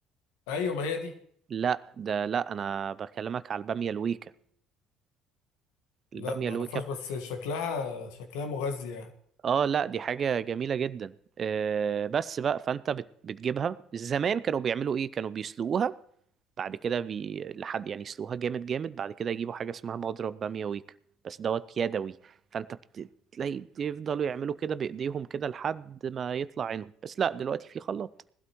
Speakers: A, on the left; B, on the right.
A: ايوه ما هي دي
B: لا ده لا انا بكلمك على البامية الويكة البامية
A: لا ما
B: الويكة
A: اعرفهاش
B: بت...
A: بس شكلها شكلها مغذي يعني
B: اه لا دي حاجة جميلة جدا آه، بس بقى فانت بت- بتجيبها زمان كانوا بيعملوا ايه كانوا بيسلقوها بعد كده بي... لحد يعني يسلقوها جامد جامد بعد كده يجيبوا حاجة اسمها مضرب بامية ويك بس دوت يدوي فانت بت... تلاقي بيفضلوا يعملوا كده بايديهم كده لحد ما يطلع عينهم بس لا دلوقتي في خلاط